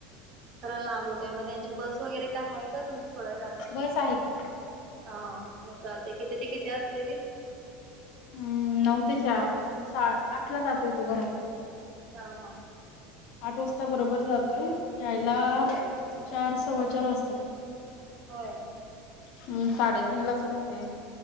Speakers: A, on the right; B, on the left.
A: खरां लांब होतय मग त्यांची बस वगैरे काय आहे का तुम्ही थोड जातात
B: बस आहे की
A: हा मग चालते किती ते किती असते री
B: हम्म नऊ ते चार सा आठला जातोय तो घरातन
A: ह हां
B: आठ वाजता बरोबर जातोय यायला
A: हम्म.
B: चार सव्वा चार वाजताात
A: हो
B: हम् साडेतीन ला सुटते